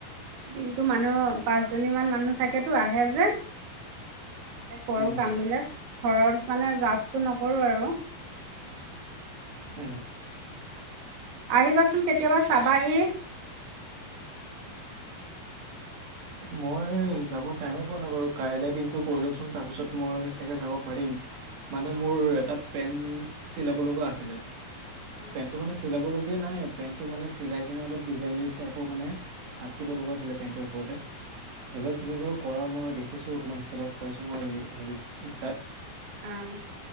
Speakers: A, on the right; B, on the right.
A: দিনটো মানুহ, পাঁচ জনী মান মানুহ থাকেতো আহে যে তাতে কৰো
B: উম
A: কামবিলাক, ঘৰত মানে জাচটো নকৰো আৰু
B: <unintelligible> উম,
A: আহিবাচোন, কেতিয়াবা চাবাহি
B: মই যাবৰ টাইমে পোৱা নাই বাৰু, কাইলে দিনটো কৰি লওক চোন তাৰপিছত মই চাগে যাব পাৰিম মানে
A: অ',
B: মোৰ এটা পেনট চিলাব লগা, আছিলে
A: অ',
B: পেনটো মানে চিলাব লগা এ নাই পেণ্টটো মানে চিলাই কিনে অলপ ডিজাইন টাইপৰ মানে, আঁকিব
A: অ',
B: লগা আছিলে পেণ্টটোৰ ওপৰতে সেইবিলাক
A: উম,
B: তুমি বাৰু কৰা মই দেখিছোঁ, তোমাৰ ষ্টেটাছ পাইছোঁ মই হেৰিত ইনষ্টাত
A: অ',